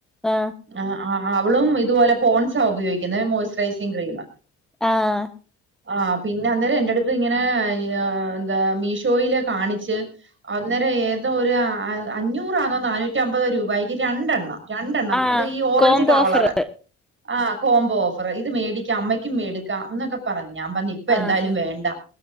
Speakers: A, in the centre; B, on the right.
A: ആഹ്
B: അഹ്, അഹ്, അഹ്, അവളും ഇതുപോലെ പോൺസ ഉപയോഗിക്കുന്നത്. മോയ്സറൈസിങ് ക്രീമാ.
A: ആഹ്.
B: ആഹ്, പിന്നെ അന്നേരം എന്റടുത്ത് ഇങ്ങനെ എന്താ മീഷോയില് കാണിച്ച്. അന്നേരം ഏതോ ഒരു അഞ്ഞൂറാന്നോ നാനൂറ്റി അമ്പത് രൂപയ്ക്ക് രണ്ടെണ്ണം. രണ്ടെണ്ണം.
A: ആഹ്
B: അത് ഈ ഓറഞ്ച്
A: കോംബോ
B: കവളറ്.
A: ഓഫർ
B: ആ കോംബോ ഓഫർ ഇത് മേടിക്കാം അമ്മയ്ക്കും മേടിക്കാം എന്നൊക്കെ പറഞ്ഞ് ഞാൻ പറഞ് ഇപ്പ ഇപ്പ എന്തായാലും
A: ആഹ്
B: വേണ്ട?